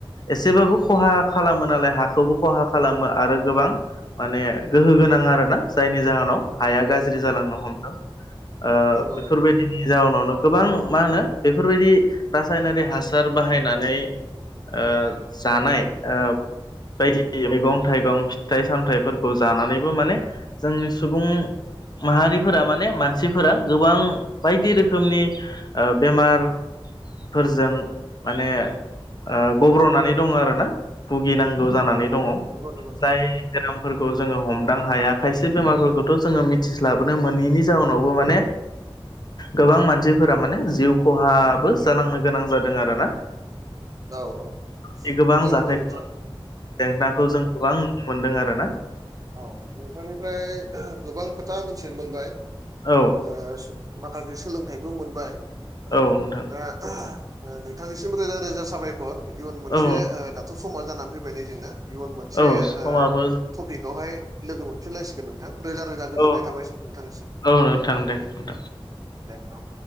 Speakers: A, on the left; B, on the right.
A: एसेबाबो खहा खालामो नालाय हाखौबो खहा खालामो आरो गोबां माने गोहो गोनां आरोना जायनि जाहोनाव हाया गा ज्रि जालानो हमदों ओ
B: नंगौ
A: बेफोरबाय
B: नंगौ
A: दिनि जाहोनावनो गोबां मा होनो बेफोरबायदि रासायनारि हासार बाहायनानै ओ जानाय ओ बायदि मैगं थाइगं फिथाइ सामथाइफोरखौ जानानैबो माने जोंनि सुबुं माहारिफोरा माने मानसिफोरा गोबां बायदि रोखोमनि ओ बेमार फोरजों माने ओ गब्र'नानै दङ आरोना भुगिनांगौ जानानै
B: उम
A: दङ
B: उम नंगौ नंगौ नंगौ
A: जाय बेरामफोरखौ जोङो हमदां हाया खायसे बेमारफोरखौथ' जोङो मि थि स्लाबनो मोनिनि जाउनावबो माने गोबां मानसिफोरा माने जिउ खहाबो जालांनो गोनां जादों आरोना
B: औ औ
A: बे गोबां
B: नंगौ
A: जाथायखौ
B: नंगौ नोंथां
A: हेंन्थाखौ
B: औ
A: जों गोबां नुनो मोनदों आरोना
B: औ नोंथांनिफ्राय गोबां खोथा मिथिनो मोनबाय
A: औ
B: ओ माखासे सोलोंथाइबो मोनबाय
A: औ नोंथां
B: दा नोंथांनिसिम रोजा रोजा साबायखर इयुन मोनसे
A: औ
B: थ' समा जानानै फैबाय नै जोंना इयुन मोनसे
A: औ समाबो
B: ओ टपिक आवहाय लोगो मोनफिनलायसिगोन नोंथां रोजा रोजा
A: औ
B: गोजोननाय थाबाय सो नोंथांनिसिम
A: औ नोंथां दे नोंथां
B: दे औ